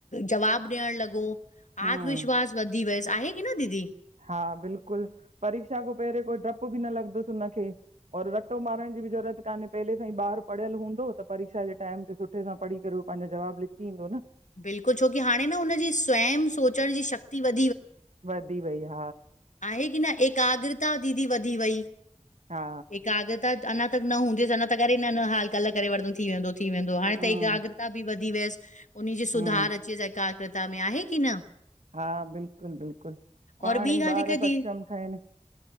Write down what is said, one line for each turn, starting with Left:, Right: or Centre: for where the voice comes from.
Left: जवाबु ॾियण लॻो,
Right: हम्म
Left: आत्मविश्वास वधी वियसि, आहे की न दीदी।
Right: हा बिल्कुलु परीक्षा खां पहिरियों कोई डपु बि न लॻंदसि हुनखे। और रट्टो मारण जी बि ज़रूरत कान्हे। पहिले सां ई ॿारु पढ़ियल हूंदो त परीक्षा जे टाइम ते सुठे सां पढ़ी करे उह पंहिंजो जवाबु लिखी ईंदो न।
Left: बिल्कुलु छोकी हाणे न हुनजी स्वयं सोचण जी शक्ति वध
Right: वधी वई आ।
Left: आहे की न एकाग्रता दीदी वधी वई
Right: हा
Left: एकाग्रता अञा त न हूंदीसि अञा त करे हाल कल्ह करे वठदम थी वेंदो थी वेंदो हाणे
Right: हम्म
Left: एकाग्रता बि व थी वियस। उनजी
Right: हम्म
Left: सुधार अचेस एकाग्रता में आहे की न?
Right: हा बिल्कुलु बिल्कुलु पाण
Left: और ॿी
Right: ई
Left: ॻाल्हि
Right: ॿार
Left: हिकु दी
Right: सक्षम ठहिनि।